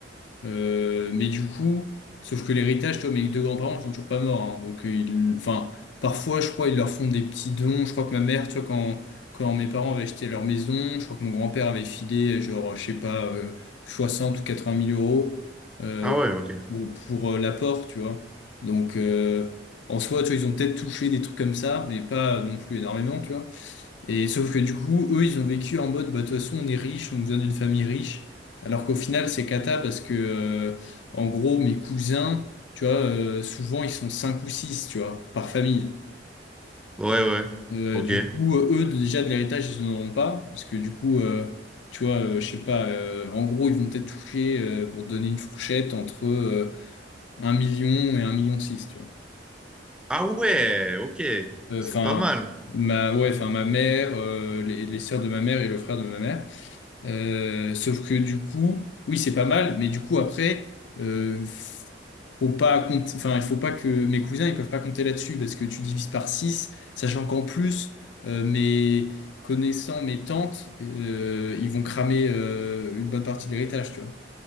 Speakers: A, on the left (about 85°); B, in the centre.
A: Euh, mais du coup, sauf que l'héritage, toi, mes deux grands-parents ils sont toujours pas morts. hein. donc, euh, ils- enfin, parfois, je crois, ils leur font des petits dons. Je crois que ma mère, tu vois, quand, quand mes parents avaient acheté leur maison, je crois que mon grand-père avait filé, euh, genre, je sais pas, euh, 60 ou 80 mille euros euh,
B: Ah ouais, OK.
A: pour, pour euh, l'apport, tu vois. Donc, euh, en soi, tu vois, ils ont peut-être touché des trucs comme ça, mais pas non plus énormément, tu vois. Et sauf que du coup, eux, ils ont vécu en mode, bah, de toute façon, on est riche, on nous donne une famille riche. Alors qu'au final, c'est cata parce que, euh, en gros, mes cousins, tu vois, euh, souvent, ils sont cinq ou six, tu vois, par famille.
B: Ouais, ouais.
A: Euh,
B: OK.
A: du coup, euh, eux, déjà, de l'héritage, ils n'en auront pas. Parce que du coup, euh, tu vois, euh, je sais pas, euh, en gros, ils vont peut-être toucher, euh, pour donner une fourchette, entre euh, 1 million et un million six tu vois.
B: Ah ouais, OK.
A: Euh,
B: C'est
A: Enfin,
B: pas mal.
A: ma, ouais, enfin, ma mère, euh, les, les sœurs de ma mère et le frère de ma mère. Euh, sauf que du coup, oui, c'est pas mal, mais du coup après, euh, faut pas compter, enfin, il faut pas que mes cousins ils peuvent pas compter là-dessus parce que tu divises par 6 sachant qu'en plus, euh, mes connaissants, mes tantes, euh, ils vont cramer euh, une bonne partie de l'héritage, tu vois.